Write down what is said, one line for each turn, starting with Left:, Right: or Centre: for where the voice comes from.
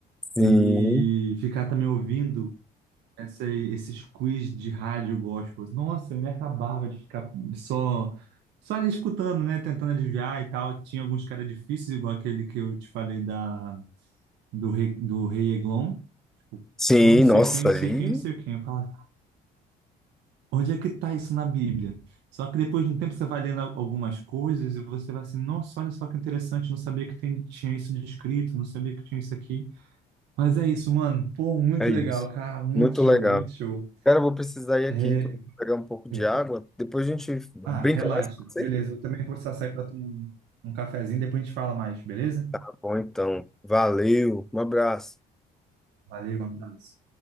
Centre: Sim.
Right: E ficar também ouvindo Essa, aí- esses quiz de rádio gospel. Nossa, eu me acabava de ficar só, só ali escutando, né? Tentando adivinhar e tal. Tinha alguns caras difíceis, igual aquele que eu te falei da, do, rei, do rei Eglon. Tipo,
Centre: Sim,
Right: sou não sei
Centre: nossa,
Right: quem, não
Centre: ali
Right: sei quem, não sei quem. Eu falo, onde é que tá isso na Bíblia? Só que depois de um tempo você vai lendo algumas coisas e você vai assim, nossa, olha só que interessante, não sabia que tem- tinha isso descrito, não sabia que tinha isso aqui. Mas é isso, mano. Pô, muito
Centre: é isso.
Right: legal, cara. Muito
Centre: Muito
Right: show,
Centre: legal.
Right: muito show.
Centre: Cara, eu vou precisar ir aqui,
Right: É,
Centre: que eu vou pegar um pouco de
Right: Eu vou-
Centre: água. Depois a gente brinca
Right: Ah, relaxa.
Centre: mais com você.
Right: Beleza, eu também vou precisar sair para tomar um, um cafezinho, depois a gente fala mais, beleza?
Centre: Tá bom, então. Valeu. Um abraço.
Right: Valeu, um abraço.